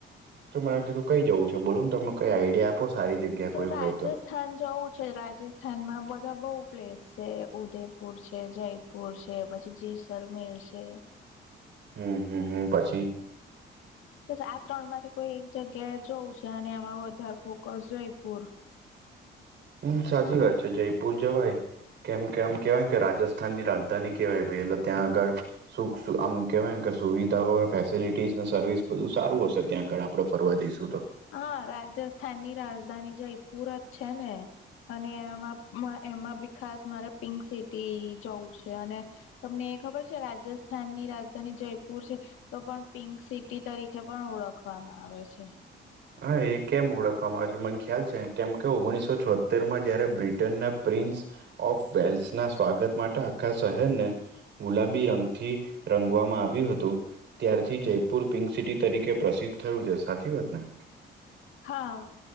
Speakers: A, on the right (about 65°); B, on the left (about 85°).
A: તો મે આ કીધું કઈ જવું બોલો ને તમે કઈ આઈડિયા આપો. સારી જગ્યા
B: તો
A: કોઈ
B: રાજથ
A: હોય
B: સ્થાન જવું છે રાજસ્થાનમાં બધા બહુ પ્લેસ છે ઉદયપુર છે જય પુર છે પછી જેસલમેર છે.
A: હમ હમ હમ પછી
B: બસ આ ત્રણમાંથી કોઈ એક જગ્યાએ જવું છે અને એમાં વધારે ફોકસ જયપુર
A: હમ સાચી વાત છે જયપુર જવાય કેમ કેમ કેહેવાય કે રાજસ્થાનની રાજધાની કેહેવાય ભાઈ એલે ત્યાં આગળ સુખ આમ કેવાય કે સુવિધાઓ ફેસિલિટીઝ સર્વિસ બધું સારું હશે ત્યાં આગળ આપણો ફરવા જઈશું તો
B: હા, રાજસ્થાનની રાજધાની જયપુર જ છે ને અને એમાં એમાં બી ખાસ મારે પિંક સિટી જવું છે અને તમને એ ખબર છે રાજસ્થાન ની રાજધાની જયપુર છે. તો પણ પિંક સિટી તરીકે પણ ઓળખવામાં આવે છે.
A: હા, એ કેમ ઓળખવામાં આવે છે મને ખ્યાલ છે કેમ કે ઓગણીસો છોતેરમાં જયારે બ્રિટનના પ્રિન્સ ઓફ વેલ્સના સ્વાગત માટે આખા શહેરને ગુલાબી રંગથી રંગાવામાં આવ્યું હતું. ત્યારથી જયપુર પિંક સિટી તરીકે પ્રસિદ્ધ થયું છે સાચી વાતને
B: હા.